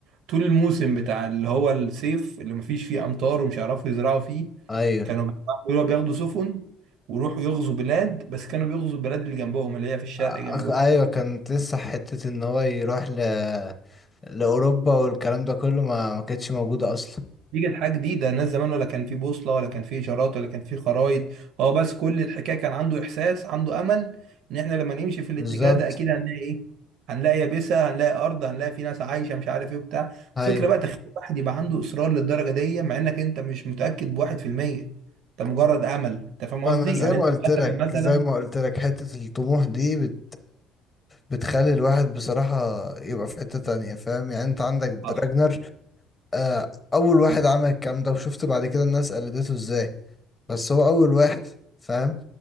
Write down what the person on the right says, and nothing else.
طول الموسم بتاع اللي هو الصيف اللي مفيش فيه امطار ومش هيعرفوا يزرعوا فيه
كانوا بيروحوا- بياخدوا سفن ويروحوا يغزوا بلاد بس كانوا بيغزوا البلاد اللي جنبهم اللي هي في الشرق
جنبهم
دي كانت حاجة جديدة الناس زمان ولا كان في بوصلة ولا كان في إشارات ولا كان في خرايط هو بس كل الحكاية كان عنده إحساس عنده أمل إن إحنا لما نمشي في الاتجاه
ده أكيد هنلاقي إيه هنلاقي يابسة هنلاقي أرض هنلاقي في ناس عايشة مش عارف إيه بتاع
الفكرة بقى تخيل واحد يبقى عنده إصرار للدرجة دي مع إنك أنت مش متأكد بواحد في المية أنت مجرد أمل أنت فاهم
قصدي
يعني
أنت
مثلا
مثلا